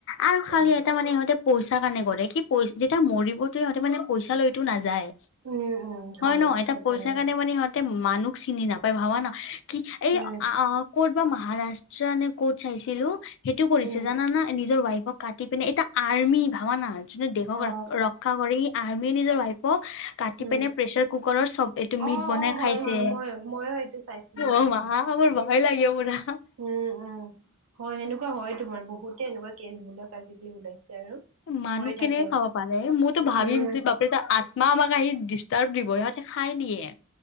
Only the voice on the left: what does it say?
আৰু
খালি এটাাৰ মানে সিহঁতে পইচা কাৰণে কৰে কি পই যেতিয়া মৰিব যে সিহঁতে মানে পইচালৈতো নাযায়।
হয় ন? এটা
পইচা কাৰণে মানে সিহত মানুহ চিনি নাপায় ভাবা না কি এই
আ ক'ত বা মহাৰাষ্ট্ৰ নে ক'ত চাইছিলো সেইটো কৰিছে
জানানা নিজৰ ৱাইফক কাটি পিনে এটা আৰ্মি ভাৱানা, যোনে দেশক
ৰক্ষা কৰি আৰ্মীয়ে নিজৰ ৱাইফক কাটি
পিনে প্ৰেচাৰ কুকাৰত চব এইটো
মিট বনাই
খাইছে।
অ'
মা মোৰ ভয় লাগে পুৰা
মানুহ
কেনেকে খাব পাৰে মইতো ভাবিম
আত্মা আমাক আহি ডিষ্টাৰ্ব দিব সিহঁতে খাই দিয়ে।